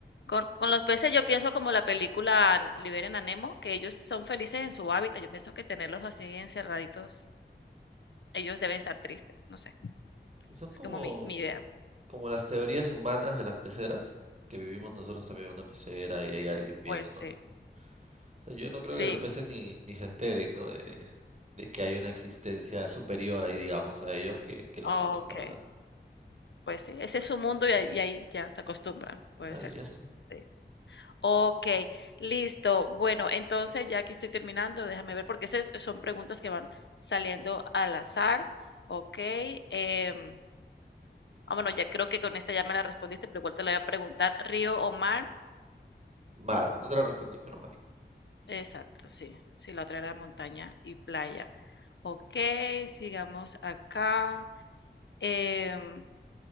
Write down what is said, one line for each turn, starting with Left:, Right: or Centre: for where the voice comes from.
Left: Con, con los peces yo pienso como la película Liberen a Nemo, que ellos son felices en su hábitat. Yo pienso que tenerlos así encerraditos, ellos deben estar tristes, no sé.
Right: Son
Left: Es
Right: como
Left: como mi, mi idea.
Right: Como las teorías humanas de las peceras, que vivimos nosotros también en una pecera y hay alguien viéndonos.
Left: Pues sí,
Right: O sea, yo no creo
Left: sí,
Right: que los peces ni, ni se enteren, ¿no? De, de que hay una existencia superior ahí, digamos, a ellos que, que los
Left: ok.
Right: tienen que hablar.
Left: Pues sí, ese es su mundo y ahí, y ahí ya se acostumbran, puede
Right: Claro,
Left: ser.
Right: y ya está.
Left: Sí. Ok, listo. Bueno, entonces ya que estoy terminando, déjame ver, porque esas son preguntas que van saliendo al azar. Ok. em, ah, bueno, ya creo que con esta ya me la respondiste, pero igual te la voy a preguntar. ¿Río o mar?
Right: Mar, no te lo respondí, pero mar.
Left: Exacto, sí. Sí, la otra era montaña y playa. Ok, sigamos acá. Em,